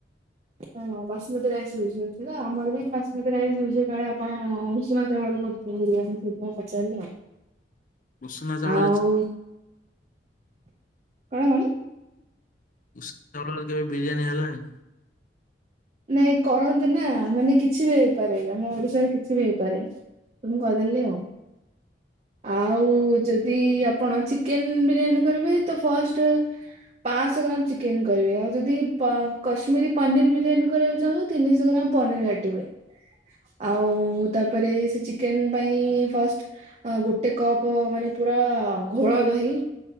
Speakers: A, on the right; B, on the left.
A: ଓହୋ ବାସୁମତୀ ରାଇସ ୟୁଜ ହଉଚି ତ ଆମର ବି ବାସୁମତୀ ରାଇସ ୟୁଜ୍ ହୁଏ କାଳେ ଆପଣ ଉଷୁନା ଚାଉଳରେ କରୁଥିବେ ବିରିୟାନୀ ସେଇଥିପାଇଁ ପଚା ରିଲି ଆଉ।
B: ଉଷୁନା ଚାଉଳରେ
A: ଆଉ କଣ କଣ?
B: ଉଷୁନା ଚାଉଳରେ କେବେ ବିରିୟାନୀ ହେଲାଣି?
A: ନାଇଁ କରନ୍ତି ନା ମାନେ କିଛି ବି ହେଇପାରେ ଇଏ ଆମ ଓଡିଶାରେ କିଛି ବି ହେଇପାରେ। ତ ମୁଁ କହିଦେଲି ଆଉ ଆଉ ଯଦି ଆପଣ ଚିକେନ ବିରିୟାନୀ କରିବେ ତ ଫାର୍ଷ୍ଟ। ପାଂଶହ ଗ୍ରାମ ଚିକେନ କରିବେ ଆଉ ଯଦି ପା କଶ୍ମୀରୀ ପନିର ବିରିୟାନୀ କରିବାକୁ ଚାହିଁବ ତିନିଶହ ଗ୍ରାମ ପନିର କାଟିବେ। ଆଉ ତାପରେ ସେ ଚିକେନ ପାଇଁ ଫାର୍ଷ୍ଟ ଅଁ ଗୋଟେ କପ୍ ମାନେ ପୁରା ଘୋଳ ଦହି।